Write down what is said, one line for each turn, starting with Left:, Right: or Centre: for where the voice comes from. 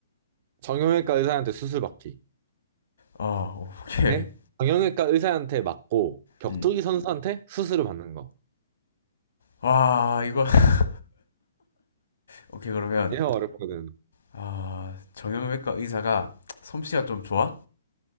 Right: 정형외과 의사한테 수술 받기.
Left: 아, 오케이.
Right: 네? 정형외과 의사한테 맞고 격투기
Left: 음.
Right: 선수한테 수술을 받는 거.
Left: 와, 이거, <laughs> 오케이, 그러면,
Right: 얘가 어렵거든.
Left: 아, 정형외과 의사가 솜씨가 좀 좋아?